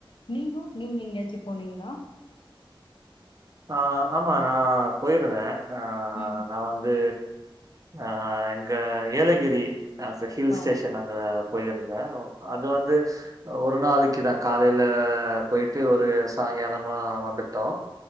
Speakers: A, on the left (about 65°); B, on the right (about 40°).
A: நீங்கோ நீங் எங்யாச்சும் போனீங்ளா
B: ஆஹ் ஆமா நா போயிருந்தே ஆ
A: ம்.
B: நா வந்து அஹ் இங்க எலகிரி அச ஹில்
A: ஓ.
B: ஸ்டேஷன் அங்க போயிருந்தேன் அது வந்து ஒரு நாளைக்கு நான் காலைல பொய்ட்டு ஒரு சாங்காலமா வந்துட்டோம்